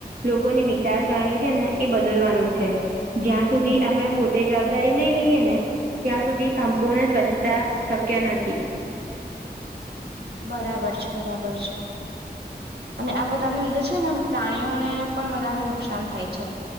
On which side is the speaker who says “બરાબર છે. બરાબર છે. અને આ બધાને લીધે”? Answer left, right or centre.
Right